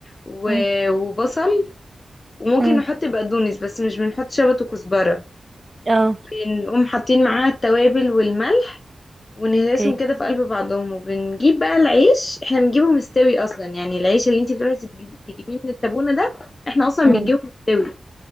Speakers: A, on the left (about 35°); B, on the right (about 30°).
A: و...
B: مم.
A: وبصل وممكن
B: مم.
A: نحط بقدونس بس مش بنحط شبت وكزبرة
B: اه
A: ونقوم حاطين معاها التوابل والملح ونهرسهم
B: اوكي
A: كده في قلب بعضهم وبنجيب بقى العيش احنا بنجيبه مستوي اصلا يعني العيش اللي انتي بتروحي تجيبي تجيبيه من التابونة ده احنا اصلا
B: مم.
A: بنجيبه مستوي